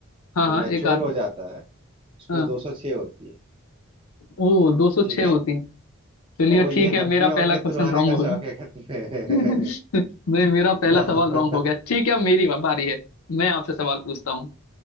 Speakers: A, on the left (about 75°); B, on the right (about 25°).
A: हाँ
B: जो
A: हाँ
B: मैच्योर
A: एक आध
B: हो जाता है उसमें
A: हाँ
B: दो सौ छह होती है
A: ओ 206
B: ठीक है
A: होती है चलिए
B: और वो ये
A: ठीक है
B: हड्डियां
A: मेरा पहला
B: वड्डियां
A: क्वेश्चन
B: तुड़वाने
A: रॉन्ग
B: का
A: हो
B: शौक
A: गया
B: है क्या तुम्हें
A: <laughs> नहीं मेरा पहला
B: <laughs> हाँ,
A: सवाल रॉन्ग हो गया ठीक है अब मेरी बारी है मैं आपसे सवाल पूछता हूँ